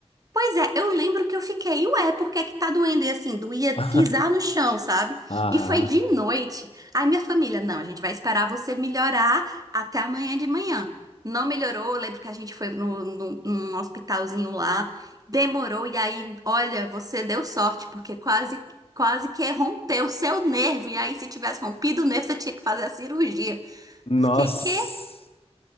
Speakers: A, on the right; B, on the left.
A: Pois é, eu lembro que eu fiquei, ué, por que que tá doendo? E assim, doía
B: <laughs>
A: pisar no chão, sabe?
B: Ah,
A: E foi de noite. Aí minha família, não, a gente vai esperar você melhorar até amanhã de manhã. Não melhorou, eu lembro que a gente foi no, no- num hospitalzinho lá, demorou, e aí, olha, você deu sorte, porque quase, quase que rompeu o seu nervo. E aí, se tivesse rompido o nervo, você tinha que fazer a cirurgia.
B: nossa.
A: Eu fiquei, quê?